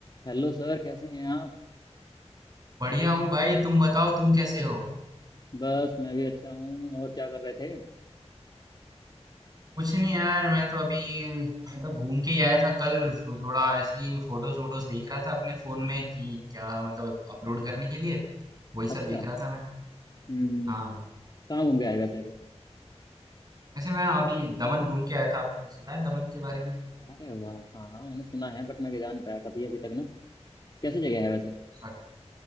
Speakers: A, on the left; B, on the right.
A: Hello sir कैसे हैं आप
B: बढ़िया हूँ भाई तुम बताओ तुम कैसे हो
A: बस मैं भी अच्छा हूँ और क्या कर रहे थे
B: कुछ नहीं यार मैं तो अभी मतलब घूम के ही आया था कल तो थोड़ा ऐसे ही फोटोज वोटोज देख रहा था अपने फोन में कि क्या मतलब अपलोड करने के लिए वही
A: अच्छा
B: सब देख रहा था मैं
A: हम्म हम्म,
B: हाँ
A: कहाँ घूम के आए वैसे अभी
B: वैसे मैं अभी दमन घूम के आया था आपने सुना है दमन के बारे
A: अरे वाह हाँ हाँ मैंने सुना है बट मैं जा नहीं पाया कभी अभी तक ना कैसी जगह है वैसे
B: में